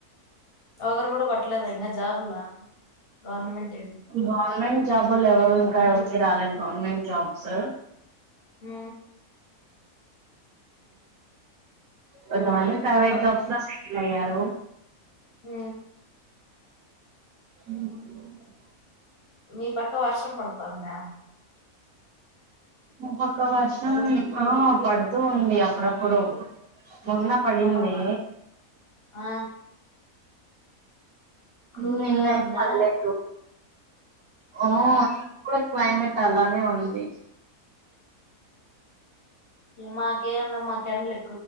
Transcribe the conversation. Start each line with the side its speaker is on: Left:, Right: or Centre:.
Left: ఒకరు కూడా కొట్టలేదు ఇంకా జాబ్లా గవర్నమెంట్వి
Right: గవర్నమెంట్ జాబులు ఎవరు ఇంకా ఎవరికి రాలేదు గవర్నమెంట్ జాబ్స్
Left: హ
Right: కొంతమంది ప్రైవేట్
Left: మీ ప
Right: జాబ్స్లా సెటిల్ అయ్యారు
Left: హ
Right: అ
Left: మీ పక్క వర్షం పడతాందా
Right: మా పక్క వర్షం ఆ పడుతూ ఉంది అప్పుడప్పుడు మొన్న పడింది
Left: మా పక్క ఆ కూల్గా
Right: నిన్న
Left: ఉందా
Right: పడలేదు ఆఓ
Left: ఆ
Right: అ క్లైమేట్ అలానే ఉంది
Left: మా కేరలో మాకు ఎండలు